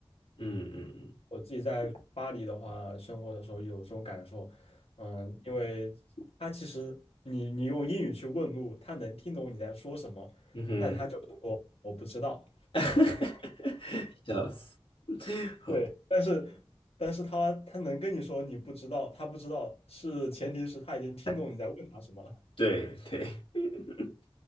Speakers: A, on the left; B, on the left.
A: 嗯嗯嗯
B: 我自己在巴黎的话，生活的时候有这种感受，嗯，因为他其实你你用英语去问路，他能听懂你在说什么，
A: 嗯哼。
B: 但他就说我不知道。
A: <laughs> 哈哈，笑死！好，
B: 对，但是但是他他能跟你说你不知道，他不知道是前提是他已经听懂你在问他什么了。
A: 哎对对，<laughs>